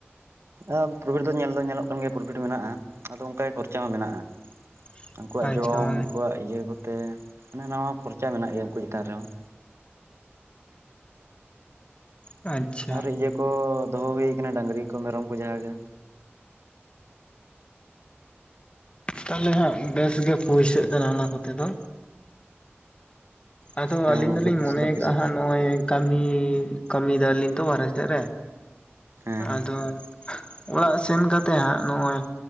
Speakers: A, on the right (about 85°); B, on the left (about 25°).
A: ᱟᱨ ᱯᱨᱚᱯᱷᱤᱴ ᱫᱚ ᱧᱮᱞ ᱫᱚ ᱧᱮᱞᱚᱜ ᱠᱟᱱ ᱜᱮᱭᱟ ᱯᱨᱚᱯᱷᱤᱴ ᱢᱮᱱᱟᱜᱼᱟ ᱟᱫᱚ ᱚᱱᱠᱟ ᱜᱮ ᱠᱷᱚᱨᱪᱟ ᱦᱚᱸ ᱢᱮᱱᱟᱜᱼᱟ
B: <inaudible>
A: ᱩᱱᱠᱩᱣᱟᱜ
B: ᱟᱪᱪᱷᱟ
A: ᱡᱚᱢ
B: ᱢᱟᱱᱮ
A: ᱩᱱᱠᱩᱣᱟᱜ ᱤᱭᱟᱹ ᱠᱚᱛᱮ ᱢᱟᱱᱮ ᱱᱟᱣᱟ ᱠᱷᱚᱨᱪᱟ ᱢᱮᱱᱟᱜ ᱜᱮᱭᱟ ᱩᱱᱠᱩ ᱪᱮᱛᱟᱱ ᱨᱮᱦᱚᱸ
B: ᱟᱪᱪᱷᱟ
A: ᱟᱨ ᱤᱭᱟᱹ ᱠᱚ ᱫᱚᱦᱚ ᱦᱩᱭᱠᱱᱟᱹ ᱰᱟᱹᱝᱨᱤ ᱠᱚ ᱢᱮᱨᱚᱢ ᱠᱚ ᱡᱟᱦᱟᱸᱜᱮ
B: ᱛᱟᱦᱚᱞᱮ ᱦᱟᱸᱜ ᱵᱮᱥ ᱜᱮ ᱯᱩᱭᱥᱟᱹᱜ ᱠᱟᱱᱟ ᱚᱱᱟ ᱠᱚᱛᱮ ᱫᱚ ᱟᱫᱚ
A: ᱦᱮᱸ
B: ᱟᱹᱞᱤᱧ
A: ᱜᱚᱝᱠᱮ
B: ᱫᱚᱞᱤᱧ
A: ᱯᱩᱭᱥᱟᱹ
B: ᱢᱚᱱᱮᱭ
A: ᱫᱚ
B: ᱟᱠᱟᱫᱼᱟᱟᱸᱜ
A: ᱯᱩᱭᱥᱟᱹᱜ ᱠᱟᱱ ᱜᱮᱭᱟ
B: ᱱᱚᱜᱚᱭ ᱠᱟᱹᱢᱤ ᱠᱟᱹᱢᱤᱭ ᱫᱟᱞᱤᱧ ᱛᱚ ᱵᱟᱨᱦᱮ ᱥᱮᱫ ᱨᱮ
A: ᱦᱮᱸ
B: ᱟᱫᱚ ᱚᱲᱟᱜ ᱥᱮᱱ ᱠᱟᱛᱮᱜ ᱦᱟᱸᱜ ᱱᱚᱜᱼᱚᱭ